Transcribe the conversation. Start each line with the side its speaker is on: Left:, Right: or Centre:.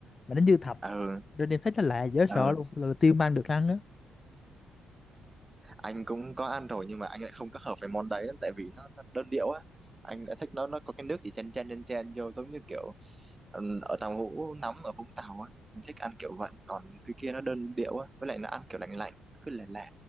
Left: mà nó như thạch
Right: ừ
Left: nên em thấy nó lạ dễ sợ
Right: ừ
Left: luôn lần đầu tiên mang được ăn á
Right: anh cũng có ăn rồi nhưng mà anh lại không có hợp với món đấy lắm tại vì nó, nó đơn điệu á anh lại thích nó nó có cái nước chỉ chen chen chen chen vô giống như kiểu ừ, ở tàu hũ nóng ở Vũng Tàu á anh thích ăn kiểu vậy còn cái kia nó đơn điệu á với lại nó ăn kiểu lạnh lạnh cứ lè lè